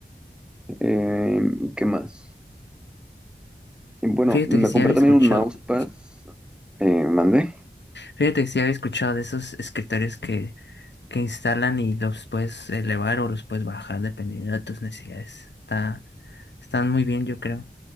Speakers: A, in the centre; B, on the left (about 80°).
A: Eh, ¿y qué más? Y bueno,
B: Fíjate
A: me
B: que sí
A: compré
B: había
A: también
B: escuchado.
A: un mousepad. eh, mandé.
B: Fíjate que sí había escuchado de esos escritorios que, que instalan y los puedes elevar o los puedes bajar dependiendo de tus necesidades. Está, están muy bien, yo creo.